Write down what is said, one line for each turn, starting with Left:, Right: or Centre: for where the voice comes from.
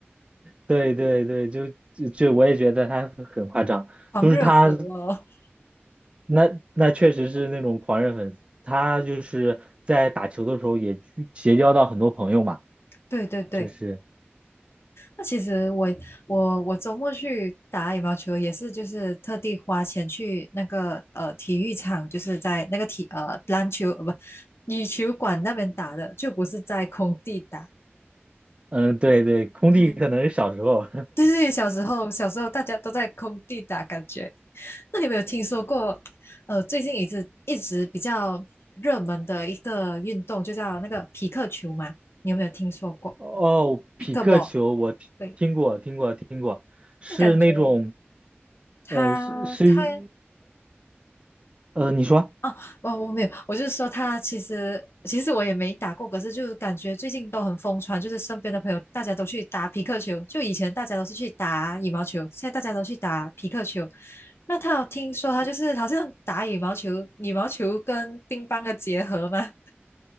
Right: 对对对，就就就我也觉得他很夸张，
Left: 狂热粉哦，
Right: 就是他那那确实是那种狂热粉丝，他就是在打球的时候也去结交到很多朋友嘛，
Left: <laughs> 对对对，
Right: 就是
Left: 那其实我我我周末去打羽毛球也是，就是特地花钱去那个呃体育场，就是在那个体呃篮球呃不羽球馆那边打的，就不是在空地打。
Right: 嗯对对，空地可能是小时候
Left: 对对对，小时候小时候大家都在空地打，感觉。那你有没有听说过？呃，最近一直一直比较热门的一个运动，就叫那个匹克球嘛？你有没有听说过
Right: <laughs> 哦，匹克球我听听过听过听过，
Left: p i c k b a l l 对。
Right: 是那种
Left: 那感觉他他
Right: 呃是是一呃你说
Left: 啊，我我没有，我就是说他其实其实我也没打过，可是就是感觉最近都很疯传，就是身边的朋友大家都去打匹克球，就以前大家都是去打羽毛球，现在大家都去打匹克球。那他有听说他就是好像打羽毛球，羽毛球跟乒乓的结合吗？